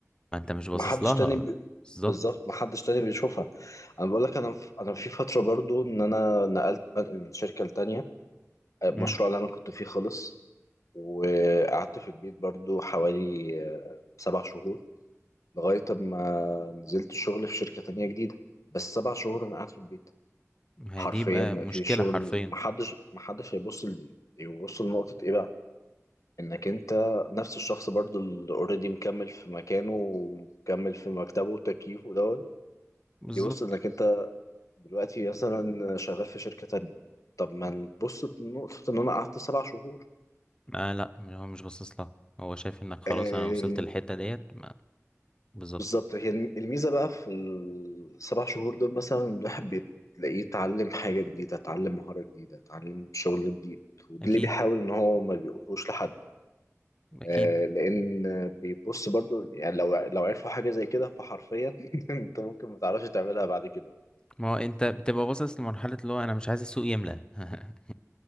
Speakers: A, on the left (about 15°); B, on the left (about 75°).
A: ما انت مش باصص
B: ما حدش
A: لها
B: تاني بي...
A: بالظبط
B: بالظبط ما حدش تاني بيشوفها انا بقول لك انا في... انا في فترة برضو ان انا نقلت بنقل من شركة لتانية المشروع
A: مم.
B: اللي انا كنت فيه خلص وقعدت في البيت برضو حوالي آه، سبع شهور لغاية أما نزلت شغل في شركة تانية جديدة بس سبع شهور أنا قاعد في البيت
A: هي
B: حرفيا
A: دي بقى
B: ما
A: مشكلة
B: في شغل
A: حرفيا
B: محدش محدش هيبص لدي يبص لنقطة إيه بقى إنك أنت نفس الشخص برضو اللي أوريدي مكمل في مكانه ومكمل في مكتبه وتكييفه دوت
A: بالظبط
B: يبص إنك أنت دلوقتي مثلا شغال في شركة تانية طب ما نبص لنقطة إن أنا قعدت سبع شهور
A: آه لا هو مش باصص لها هو شايف انك خلاص
B: آه،
A: انا وصلت للحتة ديت ما- بالظبط
B: بالظبط هي الم- الميزة بقى في السبع شهور دول مثلا الواحد بتلاقيه اتعلم حاجة جديدة اتعلم مهارة جديدة اتعلم شغل جديد وده
A: اكيد
B: اللي بيحاول ان هو ما بيقولهوش لحد
A: اكيد
B: آه لان بيبص برضو يعني لو لو عرفوا حاجة زي كده فحرفيا <laughs> انت ممكن ما تعرفش تعملها بعد كده
A: ما هو انت بتبقى باصص لمرحلة اللي هو انا مش عايز السوق يملى <laughs>